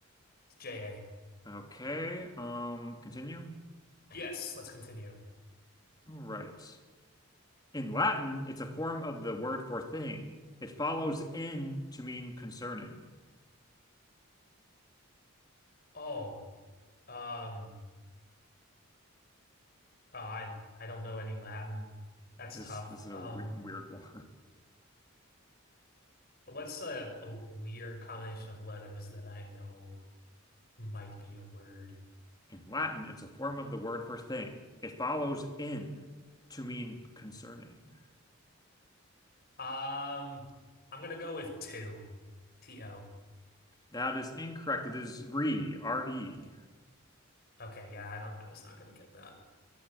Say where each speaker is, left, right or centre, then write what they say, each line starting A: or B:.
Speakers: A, on the left (about 45°); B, on the left (about 20°).
A: it's J A.
B: Okay. Um, continue.
A: Yes, let's continue.
B: All right. In Latin, it's a form of the word for thing. It follows in to mean concerning.
A: Oh, um. Oh, I I don't know any Latin. That's
B: This
A: tough.
B: this is
A: Um,
B: a weird, weird <laughs> one.
A: what's a, a weird combination of letters that I know might be a word?
B: In Latin, it's a form of the word for thing. It follows in to mean concerning.
A: Um, I'm gonna go with two, T-O.
B: That is incorrect. It is re, R-E.
A: Okay, yeah, I don't. I was not gonna get that.